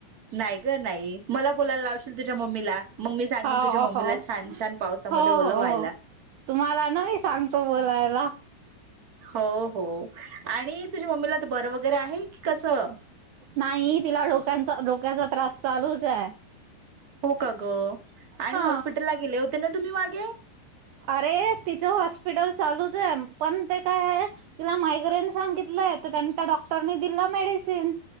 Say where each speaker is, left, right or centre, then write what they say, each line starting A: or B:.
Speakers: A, on the right; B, on the right.
A: नाही ग नाही मला बोलायला लावशील तुझ्या मम्मीला मग मी सांगेन
B: हाव,
A: तुझ्या मम्मीला
B: हो. हो.
A: छान छान पावसामध्ये
B: हो.
A: ओलं व्हायला
B: हो. तुम्हाला नाही सांगतो बोलायला
A: हो, हो आणि तुझ्या मम्मीला तर बर वगैरे आहे की कसं
B: नाही तिला डोक्याचा, डोक्याचा त्रास चालूच आहे
A: हो, का ग. आणि
B: हा
A: हॉस्पिटलला गेले होते ना तुम्ही मागे?
B: अरे तिचं हॉस्पिटल चालूच आहे, पण ते काय तिला मायग्रेन सांगितलंय, तर त्यांनी त्या डॉक्टरने दिला मेडिसिन